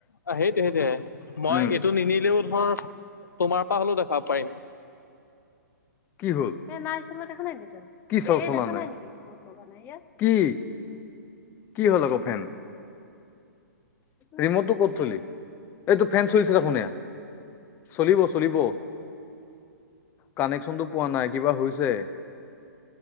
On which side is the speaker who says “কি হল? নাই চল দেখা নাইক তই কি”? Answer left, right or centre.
Left